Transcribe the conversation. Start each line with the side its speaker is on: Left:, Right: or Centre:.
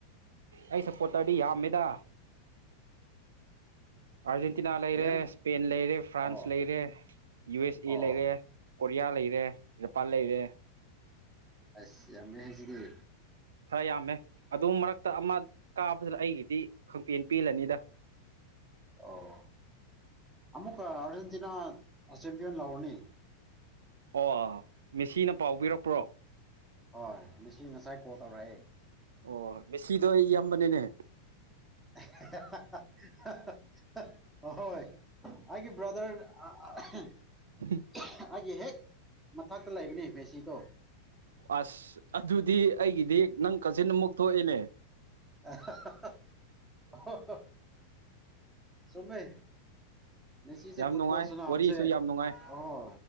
Right: ꯑꯩ ꯁꯄꯣꯠꯇꯔꯗꯤ ꯌꯥꯝꯃꯦꯗ ꯑꯥꯔꯖꯦꯟꯇꯤꯅꯥ ꯂꯩꯔꯦ
Centre: ꯑꯦꯝ
Right: ꯏꯁꯄꯦꯟ ꯂꯩꯔꯦ ꯐ꯭ꯔꯥꯟꯁ
Centre: ꯑꯣ
Right: ꯂꯩꯔꯦ ꯌꯨ ꯑꯦꯁ ꯑꯦ
Centre: ꯑꯣ
Right: ꯂꯩꯔꯦ ꯀꯣꯔꯤꯌꯥ ꯂꯩꯔꯦ ꯖꯄꯥꯟ ꯂꯩꯔꯦ
Centre: ꯑꯁ ꯌꯥꯝꯃꯦ ꯍꯦ ꯁꯤꯗꯤ
Right: ꯈꯔ ꯌꯥꯝꯃꯦ ꯑꯗꯨ ꯃꯔꯛꯇ ꯑꯃ ꯀꯥꯕꯗꯨꯅ ꯑꯩꯒꯤꯗꯤ ꯈꯪꯄꯦꯟ ꯄꯦꯜꯂꯅꯤꯗ
Centre: ꯑꯣ ꯑꯃꯨꯛꯀ ꯑꯔꯖꯦꯟꯇꯤꯅꯥ ꯆꯦꯝꯄꯤꯌꯟ ꯂꯧꯔꯅꯤ
Right: ꯑꯣ ꯃꯦꯁꯤꯅ ꯄꯥꯎ ꯄꯤꯔꯛꯄ꯭ꯔꯣ
Centre: ꯍꯣꯏ ꯃꯦꯁꯤ ꯉꯁꯥꯏ ꯀꯣꯜ ꯇꯧꯔꯛꯑꯦ
Right: ꯑꯣ ꯃꯦꯁꯤꯗꯣ ꯑꯩꯒꯤ ꯏꯌꯥꯝꯕꯅꯤꯅꯦ
Centre: ꯑꯍꯥ ꯍꯥꯍꯥꯍꯥꯍꯥ ꯍꯣꯏ ꯑꯩꯒꯤ ꯕꯔꯥꯗꯔ ꯑꯥ ꯑꯍꯝ
Right: ꯑꯍꯝ
Centre: ꯑꯩꯒꯤ ꯍꯦꯛ ꯃꯊꯛꯇ ꯂꯩꯕꯅꯦ ꯃꯦꯁꯤꯗꯣ
Right: ꯑꯁ ꯑꯗꯨꯗꯤ ꯑꯩꯒꯤꯗꯤ ꯅꯪ ꯀꯖꯤꯟ ꯑꯃꯨꯛ ꯊꯣꯛꯑꯦꯅꯦ
Centre: ꯑꯍꯥꯍꯥ ꯑꯣꯍꯣꯍꯣ ꯆꯨꯝꯃꯦ ꯃꯦꯁꯤꯁꯦ
Right: ꯌꯥꯝ
Centre: ꯐꯨꯠꯕꯣꯜ
Right: ꯅꯨꯡꯉꯥꯏ
Centre: ꯁꯥꯅꯕꯁꯦ
Right: ꯋꯥꯔꯤꯁꯨ ꯌꯥꯝ ꯅꯨꯡꯉꯥꯏ
Centre: ꯑꯣ